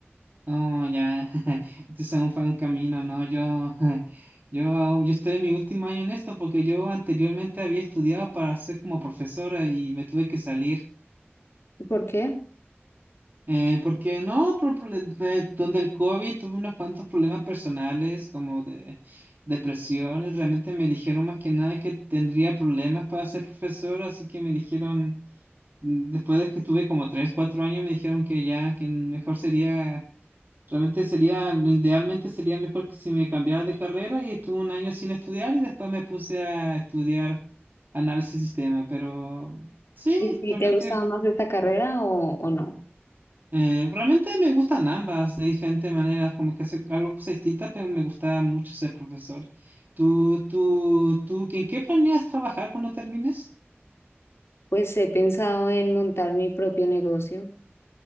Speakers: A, on the right (about 50°); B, on the left (about 75°).
A: Oh, ya. <laughs> Entonces aún fue un camino, ¿no? Yo, <laughs> yo, aún- yo estoy en mi último año en esto porque yo anteriormente había estudiado para ser como profesora y me tuve que salir.
B: ¿Por qué?
A: Eh, porque no, por prole- eh, donde el COVID tuve unos cuantos problemas personales como de depresión y realmente me dijeron más que nada que tendría problemas para ser profesora, así que me dijeron Mm, Después de que estuve como 3 4 años, me dijeron que ya, que mejor sería, realmente sería, idealmente sería mejor que si me cambiara de carrera y estuve un año sin estudiar y después me puse a estudiar análisis de sistema, pero sí,
B: ¿Y si
A: realmente,
B: te ha gustado más esta carrera o, o no?
A: eh, realmente me gustan ambas de diferentes maneras, como que hace algo cosas distintas, pero me gusta mucho ser profesor. ¿Tú, tú, tú, en qué planeas trabajar cuando termines?
B: Pues he pensado en montar mi propio negocio.